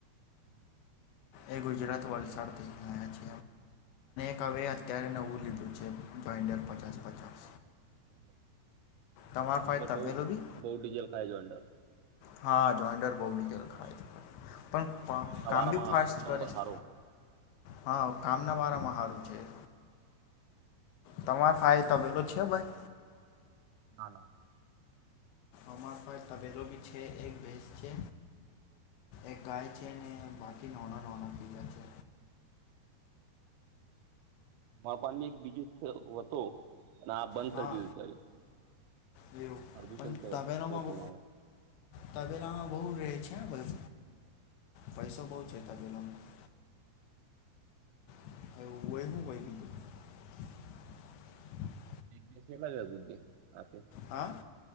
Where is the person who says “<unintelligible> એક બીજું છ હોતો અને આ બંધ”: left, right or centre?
Right